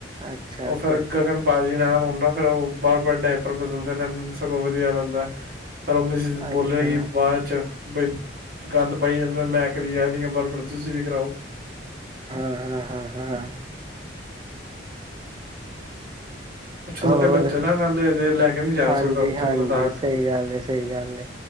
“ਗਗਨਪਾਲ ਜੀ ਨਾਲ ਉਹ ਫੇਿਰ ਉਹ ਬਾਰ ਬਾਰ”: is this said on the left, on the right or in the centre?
Right